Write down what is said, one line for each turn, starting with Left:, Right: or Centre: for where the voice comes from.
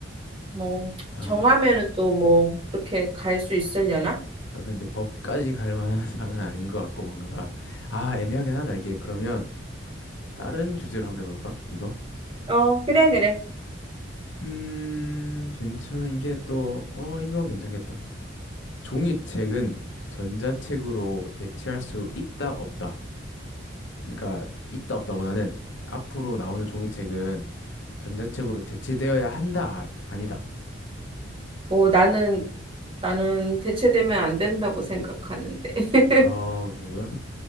Right: 뭐
Left: 아,
Right: 정하면은 또 뭐 그렇게 갈 수 있으려나?
Left: 아, 근데 법까지 갈 만한 <laughs> 사항은 아닌 것 같고 뭔가가 아, 애매하긴 하다 이게. 그러면 다른 주제로 한번 해볼까? 이거?
Right: 어 그래 그래.
Left: 음, 괜찮은 게 또, 어, 이거 괜찮겠다. 종이책은 전자책으로 대체할 수 있다, 없다. 그러니까, 있다, 없다보다는 앞으로 나오는 종이책은 전자책으로 대체되어야 한다, 아, 아니다.
Right: 뭐 나는 나는 대체되면 안 된다고 생각하는데. <laughs>
Left: 아, 그래요?